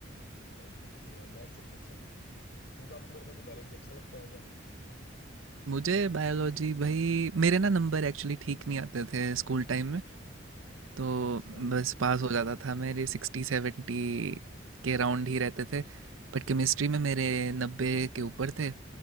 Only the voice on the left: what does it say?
स्कूल लाइफ में लेकिन हाँ मैथ सबसे अच्छा लगता था फिर तो आपको मेरे ख्याल से बायोलॉजी अच्छा लगता होगा
अच्छा
हम्म,